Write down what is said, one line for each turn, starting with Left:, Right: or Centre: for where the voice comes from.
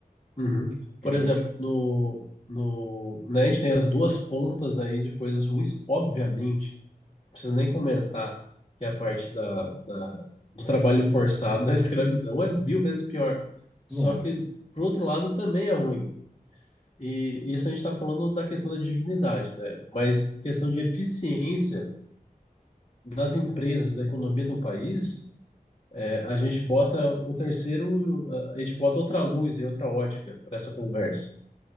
Left: uhum.
Centre: que
Left: Por
Centre: também
Left: exemplo,
Centre: é horrível.
Left: no, no, né, a gente tem as duas pontas aí de coisas ruins, obviamente, não precisa nem comentar que é a parte da, da- do trabalho forçado, <laughs> da escravidão, é mil vezes pior. Só
Centre: Lógico.
Left: que, por outro lado, também é ruim. E isso a gente está falando da questão da dignidade, né? Mas em questão de eficiência das empresas, e da economia do país. a gente bota um terceiro, a gente bota outra luz e outra ótica para essa conversa.